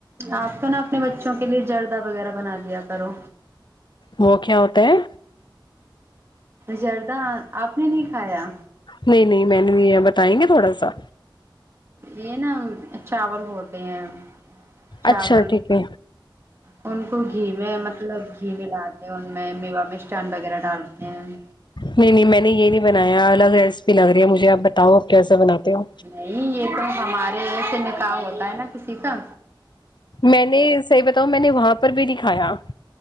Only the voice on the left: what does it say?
وہ کیا ہوتا ہے
نہیں نہیں میں نے یہ بتائیں گے تھوڑا سا
اچھا ٹھیک ہے
نہیں نہیں میں نے یہ نہیں بنایا الگ ریسیپی لگ رہی ہے مجھے آپ بتاؤ آپ کیسا بناتے ہو
میں نے صحیح بتاؤں میں نے وہاں پر بھی نہی کھایا